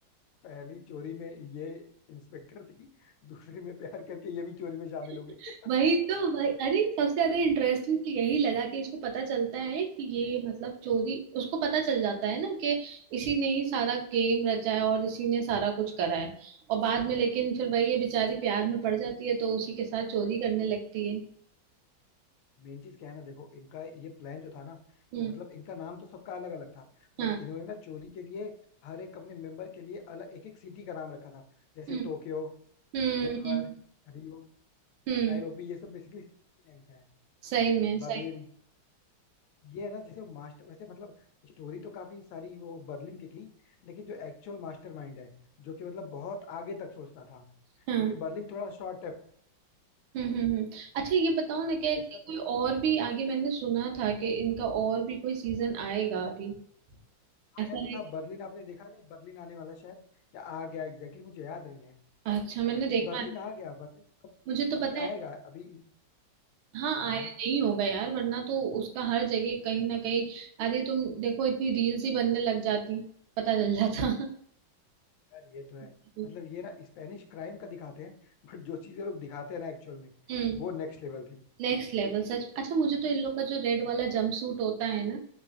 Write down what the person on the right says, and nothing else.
<laughs>
वही तो वही अरे सबसे ज्यादा इंटरेस्टिंग तो यही लगा कि इसको पता चलता है कि ये मतलब चोरी उसको पता चल जाता है ना कि इसी ने ही सारा गेम रचा है और इसी ने सारा कुछ करा है और बाद में लेकिन फिर वही ये बेचारी प्यार में पड़ जाती है तो उसी के साथ चोरी करने लगती है
हम्म
हाँ
हम्म
हम्म
हम्म
हम्म,
सही में सही
हाँ
हम्म हम्म हम्म। अच्छा ये बताओ ना
क्या इसका कोई
और भी आगे मैंने सुना था कि इनका और भी कोई सीजन आएगा अभी ऐसा
है
कि
अच्छा मैंने देखा
है।
मुझे तो
पता है
हाँ
आया नहीं होगा यार वरना तो उसका हर जगह कहीं ना कहीं अरे तुम देखो इतनी रील्स ही बनने लग जाती पता चल जाता
<laughs>
हम्म
नेक्स्ट लेवल सच अच्छा मुझे तो इन लोग का जो रेड वाला जंप सूट होता है ना